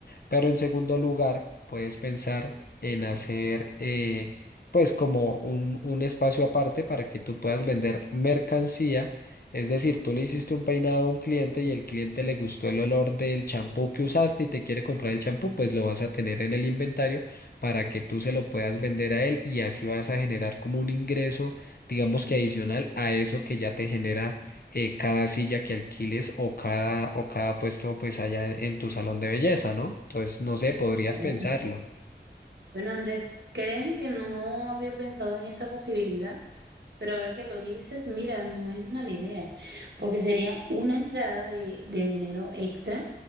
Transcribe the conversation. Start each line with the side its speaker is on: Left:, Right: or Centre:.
Left: Pero en segundo lugar, puedes pensar en hacer eh, pues como un, un espacio aparte para que tú puedas vender mercancía. Es decir, tú le hiciste un peinado a un cliente y el cliente le gustó el olor del champú que usaste y te quiere comprar el champú, pues lo vas a tener en el inventario para que tú se lo puedas vender a él y así vas a generar como un ingreso, digamos que adicional a eso que ya te genera eh, cada silla que alquiles o cada, o cada puesto pues allá en tu salón de belleza, ¿no? Entonces, no sé, podrías
Right: correcto.
Left: pensarlo.
Right: Bueno, Andrés, créeme que no había pensado en esta posibilidad. Pero ahora que lo dices, mira, no es mala idea, porque sería una entrada de, de dinero extra,